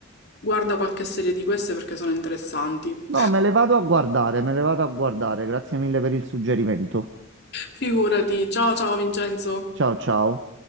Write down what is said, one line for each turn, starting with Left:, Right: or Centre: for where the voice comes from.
Left: guarda qualche serie di queste perché sono interessanti.
Right: No, me le vado a guardare, me le vado a guardare. Grazie mille per il suggerimento.
Left: <laughs> Figurati. Ciao ciao Vincenzo.
Right: Ciao, ciao.